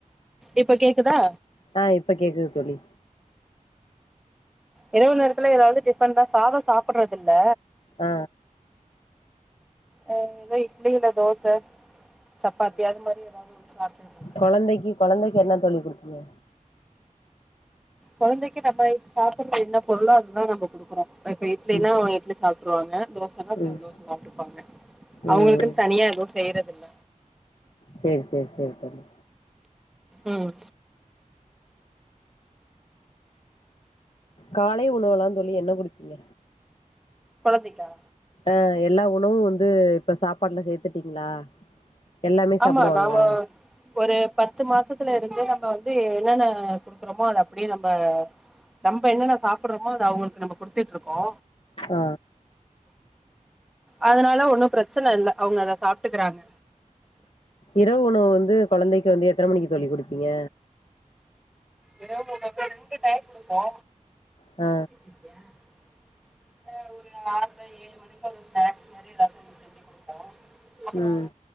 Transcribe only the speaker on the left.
ஆ இப்ப கேக்குது தோழி
ஆ
கொழந்தைக்கி கொழந்தைக்கி என்னத் தோழி குடுப்பீங்க
ம்
ம்
ம்
சே சே சே தோழி
காலை உணவுலாந் தோழி என்ன குடுப்பீங்க
ஆ எல்லா உணவு வந்து இப்ப சாப்பாட்ல சேத்துட்டீங்ளா எல்லாமே
சாப்புடுவாங்ளா
ஆ
இரவு உணவு வந்து கொழந்தைக்கு வந்து எத்தன மணிக்கு தோழி குடுப்பீங்க
ஆ
ம்